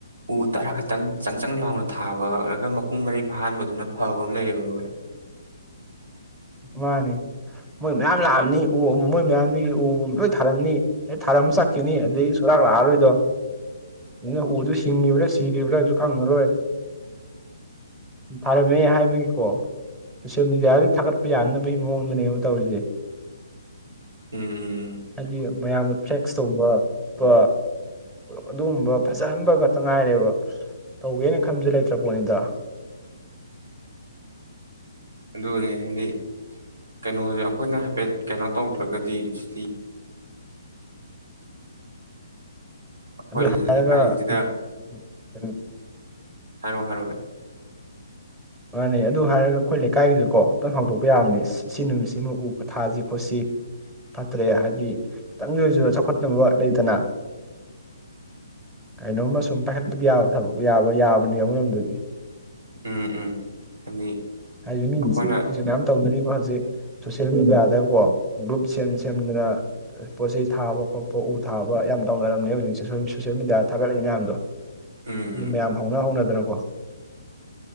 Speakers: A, on the right; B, on the right.
A: ꯎ ꯇꯔꯥ ꯈꯛꯇꯪ ꯆꯪ ꯆꯪ ꯂꯥꯎꯅ ꯊꯥꯕꯔꯒ ꯃꯄꯨꯡ ꯃꯔꯩ ꯐꯥꯍꯟꯕꯗꯨꯅ ꯐꯕ ꯑꯃ ꯂꯩꯌꯦꯕ ꯚꯥꯏ
B: ꯃꯥꯅꯦ ꯃꯣꯏ ꯃꯌꯥꯝ ꯂꯥꯛꯑꯝꯅꯤ ꯎ ꯃꯣꯏ ꯃꯌꯥꯝꯗꯨꯒꯤ ꯎ ꯂꯣꯏ ꯊꯥꯔꯝꯅꯤ ꯑꯦ ꯊꯥꯔꯝ ꯆꯠꯈꯤꯅꯤ ꯑꯗꯨꯗꯒꯤ ꯁꯨꯔꯥꯛ ꯂꯥꯛꯑꯔꯣꯏꯗꯣ ꯎꯅꯤꯅ ꯎꯗꯣ ꯁꯤ ꯍꯤꯡꯉꯤꯕ꯭ꯔꯥ ꯁꯤꯔꯤꯕ꯭ꯔꯥ ꯑꯗꯨ ꯈꯪꯉꯔꯣꯏ ꯊꯥꯔꯝꯃꯦ ꯍꯥꯏꯕꯒꯤꯀꯣ ꯁꯣꯁꯤꯌꯦꯜ ꯃꯦꯗꯤꯌꯥꯗꯤ ꯊꯥꯒꯠ ꯄ ꯌꯥꯅꯕꯒꯤ ꯃꯑꯣꯡꯗꯅꯦꯕ ꯇꯧꯔꯤꯁꯦ
A: ꯎꯝ
B: ꯍꯥꯏꯗꯤ ꯃꯌꯥꯝꯅ ꯐ꯭ꯂꯦꯛꯁ ꯇꯧꯕ ꯎꯠꯄ ꯑꯗꯨꯒꯨꯝꯕ ꯐꯖꯍꯟꯕ ꯈꯛꯇ ꯉꯥꯏꯔꯦꯕ ꯇꯧꯒꯦꯅ ꯈꯟꯕꯗꯤ ꯂꯩꯇ꯭ꯔꯄꯣꯠꯅꯤꯗ
A: ꯑꯗꯨꯅꯦ ꯍꯥꯏꯗꯤ ꯀꯩꯅꯣꯁꯦ ꯑꯩꯈꯣꯏꯅ ꯍꯥꯏꯐꯦꯠ ꯀꯩꯅꯣ ꯇꯧꯗ꯭ꯔꯒꯗꯤ ꯁꯤꯗꯤ ꯑꯩꯈꯣꯏ
B: ꯑꯗꯨ ꯍꯥꯏꯒ
A: ꯂꯩꯀꯥꯏꯁꯤꯗ
B: ꯎ ꯎ
A: ꯍꯥꯏꯔꯣ ꯍꯥꯏꯔꯣ ꯕ
B: ꯃꯥꯥꯟꯅꯩ ꯑꯗꯨ ꯍꯥꯏꯔꯒ ꯑꯩꯈꯣꯏ ꯂꯩꯀꯥꯏꯒꯤꯗꯨꯀꯣ ꯇꯪ ꯍꯥꯎꯗꯣꯛꯄ ꯌꯥꯕꯅꯤ ꯁꯤ ꯅꯨꯃꯤꯠꯁꯤꯃ ꯎ ꯊꯥꯁꯤ ꯈꯣꯠꯁꯤ ꯐꯠꯇ꯭ꯔꯦ ꯍꯥꯏꯕꯗꯤ ꯈꯤꯇꯪꯒꯤ ꯑꯣꯏꯁꯨ ꯆꯥꯎꯈꯠꯇꯅꯕ ꯂꯩꯇꯅ ꯀꯩꯅꯣꯝꯃ ꯁꯨꯝ ꯄꯥꯏꯈꯠꯄ ꯌꯥ ꯊꯕꯛ ꯌꯥꯕ ꯌꯥꯕꯅꯦ ꯑꯃꯔꯣꯝꯗꯨꯒꯤ
A: ꯎꯝ ꯎꯝ ꯍꯥꯏꯗꯤ
B: ꯍꯥꯏꯖ ꯃꯤꯁ
A: ꯑꯩꯈꯣꯏꯅ
B: ꯃꯌꯥꯝ ꯇꯧꯅꯔꯤ ꯍꯧꯖꯤꯛ ꯁꯣꯁꯦꯜ ꯃꯦꯗꯤꯌꯥꯗꯀꯣ ꯒ꯭ꯔꯨꯞ ꯁꯦꯝ ꯁꯦꯝꯗꯨꯅ ꯄꯣꯠ ꯆꯩꯩ ꯊꯥꯕ ꯈꯣꯠꯄ ꯎ ꯊꯥꯕ ꯌꯥꯝ ꯇꯧꯅꯔꯝꯅꯦ ꯍꯧꯖꯤꯛꯁꯦ ꯁꯣꯁꯦꯜ ꯃꯦꯗꯤꯌꯥꯗ ꯊꯥꯒꯠꯂꯛꯏ ꯃꯌꯥꯝꯗꯣ
A: ꯎꯝ
B: ꯍꯥꯏꯗꯤ ꯃꯌꯥꯝ ꯍꯧꯅ ꯍꯧꯅꯗꯅꯀꯣ ꯎꯎꯎ